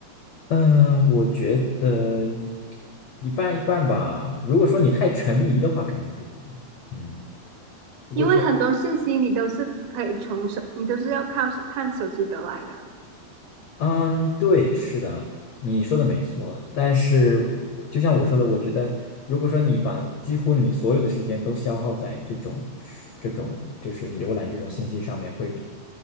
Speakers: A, on the left; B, on the right.
A: 嗯，我觉得一半一半吧。如果说你太沉迷的话，肯定不行。嗯，如果说
B: 因为很多信息你都是可以从手，你都是要靠手看手机得来的。
A: 嗯，对，是的，你说的没错。但是我就像我说的，我觉得，如果说你把几乎你所有的时间都消耗在这种、这种就是浏览这种信息上面会，